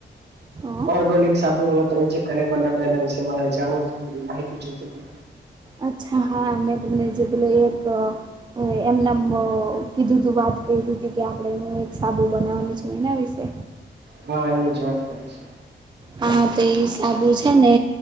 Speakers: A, on the right (about 25°); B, on the right (about 60°).
A: હા
B: ઓર્ગોનિક સાબુ હવે તમે જે ઘરે બનાવતા એના વિશે મારે જાણુંવુતું થોડી માહિતી જોઈતીતી
A: અચ્છા હા મે તમને જે પેલો એક હ એમનેમ અ કીધું તું વાત કયરિતી કે આપડે હું એક સાબુ બનાવાની છું એના વિશે
B: હા એની જ વાત કરી છે.
A: હા તો એ સાબુ છે ને